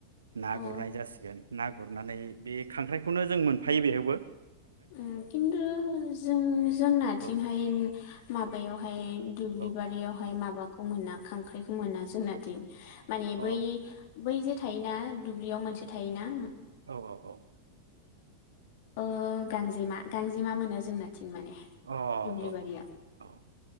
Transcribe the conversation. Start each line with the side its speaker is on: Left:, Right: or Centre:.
Right: ना
Left: अ
Right: गुरनाय जासिगोन ना गुरनानै बे खांख्राइखौनो जों मोनफायो बेयावबो
Left: उम किन्थु जों जोंनाथिंहाय
Right: औ
Left: माबायावहाय दुब्लि
Right: औ
Left: बारियावहाय माबाखौ मोना खांख्राइखौ मोना जोंनादि माने
Right: अ
Left: बै बै जे थायोना दुब्लियाव मोनसे थायोना ओम
Right: औ औ औ
Left: ओ गांजेमा गांजेमा मोनो जोंनाथिं माने
Right: अ औ
Left: दुब्लि
Right: औ
Left: बारियाव।
Right: औ